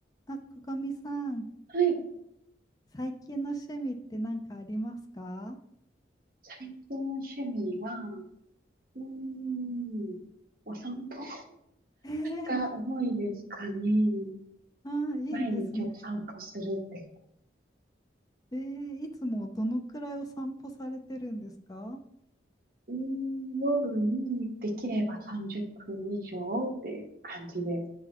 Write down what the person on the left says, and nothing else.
あ、ここみさん、
最近の趣味って何かありますか
えー
あーいいですね。
えーいつもどのくらいお散歩されてるんですか